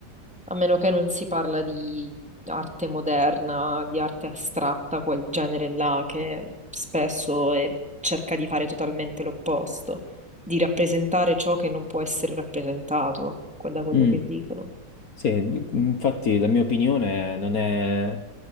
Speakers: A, in the centre; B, on the left (about 55°).
A: a meno che non si parla di arte moderna, di arte astratta, quel genere là che spesso è- cerca di fare totalmente l'opposto, di rappresentare ciò che non può essere rappresentato, que- da quello
B: mm,
A: che dicono.
B: sì, infatti la mia opinione non è...